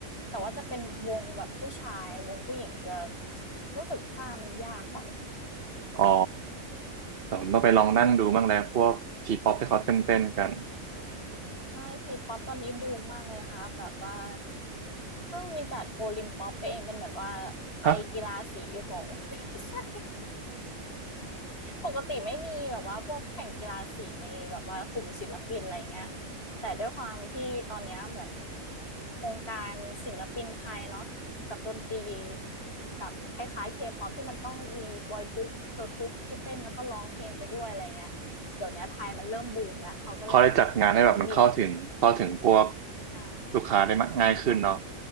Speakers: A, on the left; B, on the right.
A: แต่ว่าจะเป็นวงแบบผู้ชายวงผู้หญิงจะรู้สึกท่ามันยากไป
B: อ๋อแต่ผมต้องไปลองนั่งดูบ้างแล้วพวกทีป๊อปที่เขาเต้นเต้นกัน
A: อืมใช่ T-pop ตอนนี้บูมมากเลยค่ะแบบว่าเพิ่งมีจัดโอลิมป๊อปไปเองเป็นเหมือนว่าไตรกีฬาสีของ
B: ฮะ
A: <laughs> ใช่ ปกติไม่มีแบบว่าพวกแข่งกีฬาสีในแบบว่ากลุ่มศิลปินอะไรเงี้ยแต่ด้วยความที่ตอนนี้เหมือนวงการศิลปินไทยเนาะกับดนตรีแบบคล้ายๆเคป๊อปที่มันต้องมีบอยกรุ๊ปเกิร์ลกรุ๊ปที่เต้นแล้วก็ร้องเพลงไปด้วยอะไรเงี้ยเดี๋ยวนี้ไทยมันเริ่มบูมแล้วเขาก็เลยแบบว่าเห็นมี
B: เขาได้จัดงานให้แบบมันเข้าถึงเข้าถึงพวก
A: ค
B: ลูกค้าได้มากง่ายขึ้นเนาะ
A: ่ะ